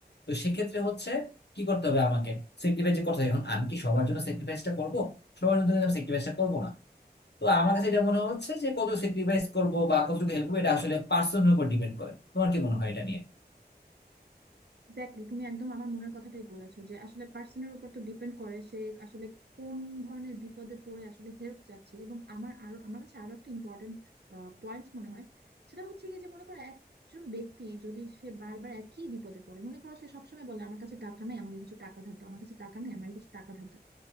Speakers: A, on the left; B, on the right.
A: তো সেক্ষেত্রে হচ্ছে কি করতে হবে আমাকে স্যাক্রিফাইস করতে হবে এখন আমি কি সবার জন্য স্যাক্রিফাইসটা করবো সবার জন্য কিন্তু আমি স্যাক্রিফাইসটা করবো না তো আমার কাছে এটা মনে হচ্ছে যে কত স্যাক্রিফাইস করব বা কতটুকু হেল্প করবো এটা আসলে পার্সনের উপর ডিপেন্ড করে তোমার কি মনে হয় এটা নিয়ে
B: এক্স্যাক্টলি তুমি একদম আমার মনের কথাটাই বলেছো যে আসলে পার্সনের উপর তো ডিপেন্ড করে সে আসলে কোন ধরনের বিপদে পড়ে আসলে হেল্প চাচ্ছে এবং আমার আরো আমার কাছে আরো একটা ইম্পর্টেন্ট পয়েন্ট মনে হয় সেটা হচ্ছে গিয়ে যে মনে করো একজন ব্যক্তি যদি সে বারবার একই বিপদে পড়ে মনে করো সে সবসময় বলে আমার কাছে টাকা নাই আমাকে কিছু টাকা ধার দাও আমার কাছে টাকা নেই আমাকে কিছু টাকা ধার দাও